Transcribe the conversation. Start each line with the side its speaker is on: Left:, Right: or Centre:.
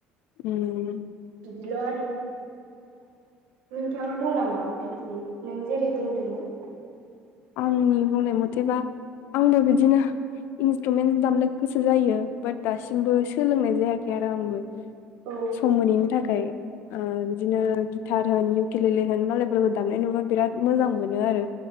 Left: उम
Right: बिदिल' आरो नोंथाङा दं नामा बिदि नों जेरै बुंदोंमोन
Left: आंनि बुंनाय मथेबा आंनो बिदिनो इन्सट्रुमेन दामनो गोसो जायो बाट दासिमबो सोलोंनाय जायाखै आरो आंबो
Right: औ
Left: सम मोनैनि थाखाय ओ बिदिनो गिटार होन इउकिलेले होन मालायफोरखौ दामनाय नुबा बिराद मोजां मोनो आरो